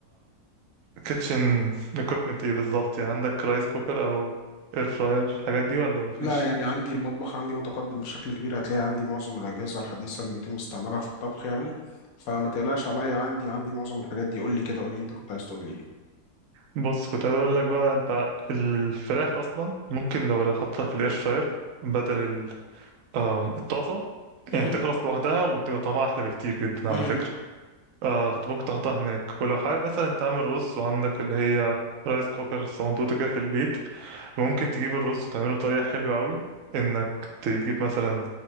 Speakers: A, on the right; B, on the left.
A: كيتشن equipment ايه بالظبط يعني عندك رايس كوكر او اير فراير الحاجات دي ولا مفيش؟
B: لا يعني عندي المطبخ عندي متقدم بشكل كبير هتلاقي عندي معظم الأجهزة الحديثة اللي بيتم استعمالها في الطبخ يعني فما تقلقش عليا عندي عندي معظم الحاجات دي قول لي كده قول لي انت كنت عايز تقول لي ايه
A: بص كنت عايز اقول لك بقى انت الفراخ اصلا ممكن لو حطيتها في الاير فراير بدل ال- آم، الطاسه
B: مهم.
A: يعني تخلص لوحدها وتبقى طعمها احلى بكتير جدا على
B: مهم.
A: فكره آه فانت ممكن تحطها هناك ولو حابب مثلا تعمل رز وعندك اللي هي رايس كوكر صندوقة كده في البيت ممكن تجيب الرز تعمله بطريقة حلوة قوي انك تجيب مثلا